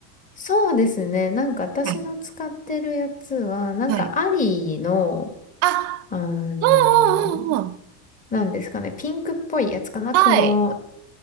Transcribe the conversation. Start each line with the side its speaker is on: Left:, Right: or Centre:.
Left: そうですね。なんか私の使ってるやつは、
Right: はい。
Left: なんかアリーの、
Right: はい。あ、
Left: あのー
Right: うんうんうんうん。
Left: なんですかね、ピンクっぽいやつかな。
Right: はい。
Left: この、